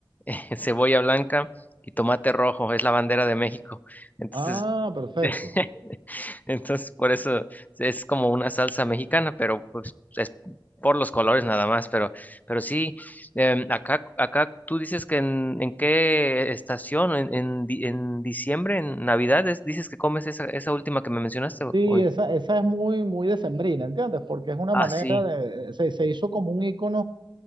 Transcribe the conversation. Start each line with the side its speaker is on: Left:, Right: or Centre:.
Left: <laughs> cebolla blanca y tomate rojo, es la bandera de México. Entonces
Right: Ah, perfecto.
Left: <laughs> Entonces, por eso es como una salsa mexicana, pero pues es por los colores nada más, pero, pero sí, em, acá, acá tú dices que en, en qué estación, en, en, di- en diciembre, en Navidad, es- dices que comes esa, esa última que me mencionaste. o-
Right: Sí,
Left: o en-
Right: esa, esa es muy, muy decembrina, ¿entiendes? Porque es una
Left: Ah,
Right: manera
Left: sí,
Right: de, se, se hizo como un icono,